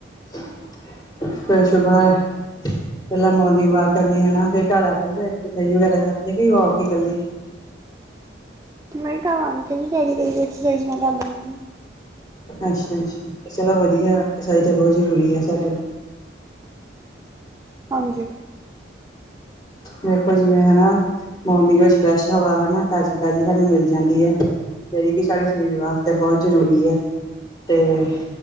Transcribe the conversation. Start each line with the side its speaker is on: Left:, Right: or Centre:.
Left: <unintelligible> ਪੈਲਾਂ ਮੋਰਨਿੰਗ ਵਾਕ ਕਰਨੀ ਹਨਾ ਫ਼ੇਰ ਘਰ ਆ ਕੇ ਕੋਈ ਐਕਸਰਸਾਈਜ਼ ਵਗੈਰਾ ਕਰਦੇ ਕੇ ਵਾਕ ਈ ਕੱਲੀ।
Right: ਨਈ ਘਰ ਆਨ ਕੇ ਕਰ ਲਈ ਦੀ ਆ ਐੱਕਸਾਈਜ਼ ਮੈਂ ਕਰ ਲੈਣੀ ਆ‌।
Left: ਅਸ਼ਾ-ਅਸ਼ਾ ਚਲੋਂ ਵਧੀਆਂ ਐਕਸਾਈਜ਼ ਤਾਂ ਬੋਤ ਜ਼ਰੂਰੀ ਐ ਸਾਡੇ
Right: ਹਾਂਜੀ।
Left: ਵੇਖੋ ਜਿਵੇਂ ਹਨਾ ਮੋਰਨਿੰਗ ਵਿੱਚ ਫਰੈਸ਼ ਹਵਾ, ਹਨਾ ਤਾਜ਼ੀ-ਤਾਜ਼ੀ ਸਾਨੂੰ ਮਿਲ ਜਾਂਦੀ ਐ। ਜੇ ੜੀ ਕਿ ਸਾਡੇ ਸਰੀਰ ਵਾਸਤੇ ਬੋਤ ਜ਼ਰੂਰੀ ਐ ਤੇ